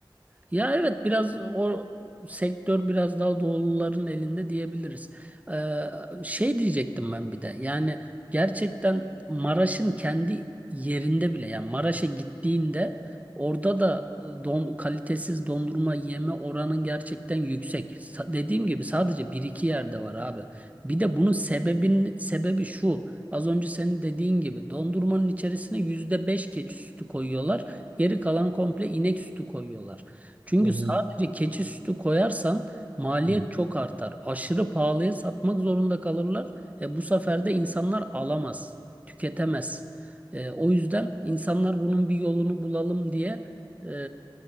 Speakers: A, on the right (about 15°); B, on the right (about 75°).
A: Ya evet biraz o sektör biraz daha doğuluların elinde diyebiliriz. Ee, şey diyecektim ben bir de yani gerçekten Maraş'ın kendi yerinde bile yani Maraş'a gittiğinde orada da don, kalitesiz dondurma yeme oranın gerçekten yüksek. Sa- dediğim gibi sadece bir iki yerde var abi. Bir de bunun sebebin, sebebi şu az önce senin dediğin gibi dondurmanın içerisine yüzde beş keçi sütü koyuyorlar. Geri kalan komple inek sütü koyuyorlar. Çünkü
B: Hı hı,
A: sadece keçi sütü koyarsan maliyet
B: hı hı.
A: çok artar. Aşırı pahalıya satmak zorunda kalırlar. E, bu sefer de insanlar alamaz, tüketemez. E, o yüzden insanlar bunun bir yolunu bulalım diye e,